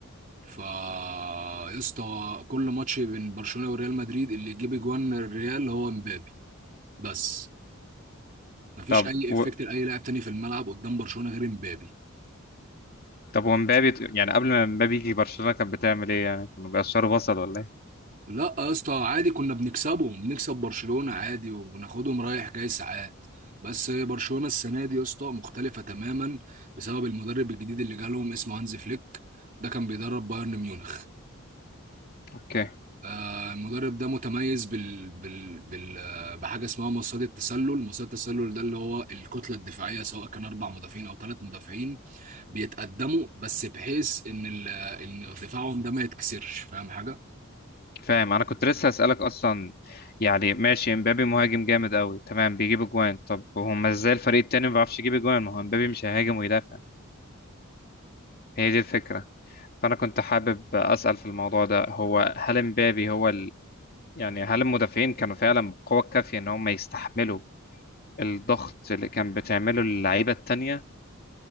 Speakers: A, on the right; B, on the left.
A: فا يا اسطى كل ماتش بين برشلونه وريال مدريد اللي يجيب جوان الريال هو مبابي بس ما فيش
B: طب
A: اي افكت
B: و...
A: لاي لاعب تاني في الملعب قدام برشلونه غير مبابي
B: طب ومبابي يعني قبل ما مبابي يجي برشلونة كانت بتعمل ايه يعني كانوا بيقشروا بصل ولا ايه
A: لا يا اسطى عادي كنا بنكسبه بنكسب برشلونه عادي وبناخدهم رايح جاي ساعات بس برشلونه السنه دي يا اسطى مختلفه تماما بسبب المدرب الجديد اللي جالهم اسمه هانز فليك ده كان بيدرب بايرن ميونخ
B: اوكي
A: آه، المدرب ده متميز بال... بال... بال... آه، بحاجه اسمها مصيدة التسلل مصيدة التسلل ده اللي هو الكتله الدفاعيه سواء كان اربع مدافعين او ثلاث مدافعين بيتقدموا بس بحيث ان ال... آه، ان دفاعهم ده ما يتكسرش فاهم حاجه
B: فاهم انا كنت لسه هسألك اصلا يعني ماشي مبابي مهاجم جامد قوي تمام بيجيب اجوان طب هما ازاي الفريق التاني ما بيعرفش يجيب اجوان ما هو مبابي مش هيهاجم ويدافع هي دي الفكرة فانا كنت حابب اسأل في الموضوع ده هو هل مبابي هو ال... يعني هل المدافعين كانوا فعلا بالقوة الكافية ان هم يستحملوا الضغط اللي كان بتعمله اللعيبة التانية